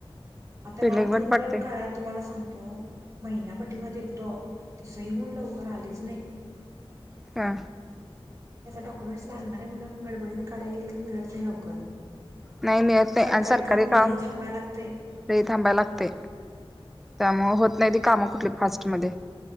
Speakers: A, on the right; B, in the centre.
A: आता नॉन
B: बिल्डिंग
A: क्रिमिनल
B: पण पडते
A: काढाय तुम्हाला तो महिना पाठीमागे दिलतो ती सही होऊन लवकर आलीच नाही.
B: का?
A: डक्युमेंट्स लागणार आहे म आपण गडबडीने काढय गेले की मिळत नाही लवकर.
B: नाही मिळत नाही
A: सरकारी
B: आणि सरकारे
A: लई
B: काम
A: थांबायला लागतंय
B: ते थांबायला लागतय. त्यामुळे होत नाही ती काम. फास्ट मध्ये.